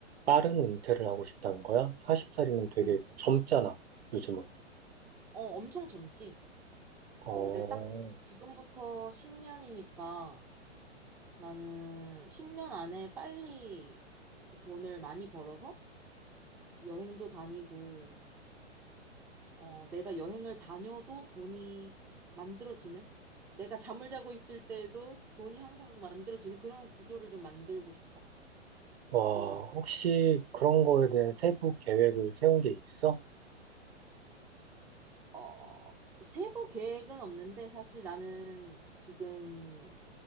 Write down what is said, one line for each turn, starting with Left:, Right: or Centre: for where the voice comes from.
Right: 빠른 은퇴를 하고 싶다는 거야? 40살이면 되게
Centre: 응,
Right: 젊잖아, 요즘은.
Centre: 어, 엄청 젊지?
Right: 어,
Centre: 근데 딱 지금부터 10년이니까, 나는 10년 안에 빨리 돈을 많이 벌어서 여행도 다니고, 어, 내가 여행을 다녀도 돈이 만들어지는? 내가 잠을 자고 있을 때도 돈이 항상 만들어지는 그런 구조를 좀 만들고 싶어.
Right: 와,
Centre: 넌
Right: 혹시 그런 거에 대한 세부 계획을 세운 게 있어?
Centre: 어, 어, 세부 계획은 없는데 사실 나는 지금